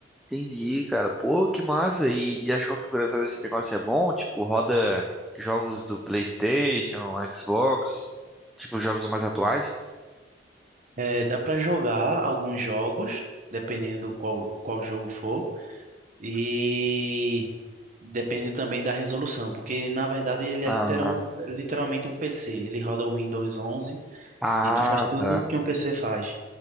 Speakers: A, in the centre; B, on the right.
A: entendi, cara. Pô, que massa. E, e as configurações desse negócio é bom? Tipo, roda jogos do PlayStation, Xbox, tipo jogos mais atuais?
B: É, dá para jogar alguns jogos, dependendo do qual, qual jogo for, e dependendo também da resolução, porque na verdade ele
A: Ah,
B: é literal, literalmente um PC. Ele roda o Windows 11
A: ah,
B: e tu faz tudo
A: tá.
B: que um PC faz.